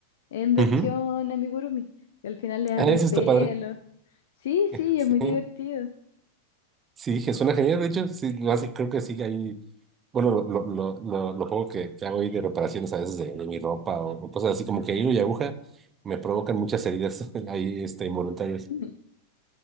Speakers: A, on the left; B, on the right.
A: en versión
B: Ujú.
A: amigurumi. y Al final le hago
B: Ah, eso
A: un pelo.
B: está padre.
A: Sí,
B: <laughs>
A: sí,
B: Sí,
A: es muy divertido.
B: sí, que suena genial, de hecho, sí, no, así creo que sí, ahí, bueno, lo, lo, lo, lo, lo poco que, que hago ahí de reparaciones a veces de, de mi ropa o, o cosas así como que hilo y aguja me provocan muchas heridas <laughs> ahí, este, involuntarias.
A: <laughs>